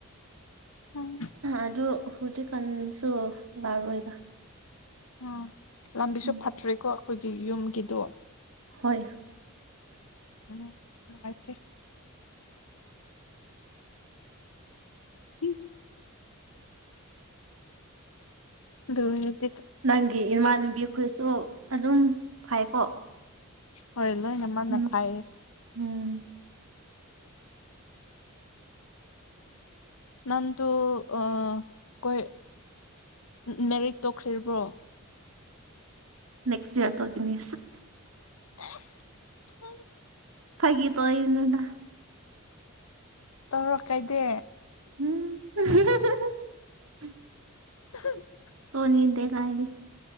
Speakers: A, on the left; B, on the right.
A: ꯎꯝ
B: ꯑꯗꯨ ꯍꯧꯖꯤꯛ ꯀꯥꯟꯁꯨ ꯂꯥꯛꯔꯣꯏꯗ
A: ꯎꯝ ꯂꯝꯕꯤꯁꯨ
B: ꯎꯝ
A: ꯐꯠꯇ꯭ꯔꯦꯀꯣ ꯑꯩꯈꯣꯏꯒꯤ ꯌꯨꯝꯒꯤꯗꯣ
B: ꯍꯣꯏ
A: ꯎꯝꯥꯏ ꯎꯝ ꯑꯗꯨ ꯍ
B: ꯅꯪꯒꯤ ꯏꯃꯥꯟꯅꯕꯤ ꯑꯩꯈꯣꯏꯁꯨ ꯑꯗꯨꯝ ꯐꯩꯀꯣ
A: ꯍꯣꯏ ꯂꯣꯏꯅꯃ
B: ꯎꯝ
A: ꯅꯐꯥꯏ
B: ꯎꯝ
A: ꯅꯪꯗꯨ ꯑ ꯀꯣꯏ ꯎ ꯃꯦꯔꯤꯠ ꯇꯧꯈ꯭ꯔꯤꯕ꯭ꯔꯣ
B: ꯅꯦꯛꯁ ꯏꯌꯥꯔ ꯇꯧꯒꯅꯤ
A: ꯎꯝ <unintelligible>
B: ꯐꯒꯤ ꯇꯧ ꯏꯅꯤꯗ
A: ꯇꯧꯔ ꯀꯥꯏꯗꯦ
B: <unintelligible>
A: ꯑ <unintelligible>
B: ꯁꯣꯅꯤꯗꯦ ꯂꯥꯏꯗꯤ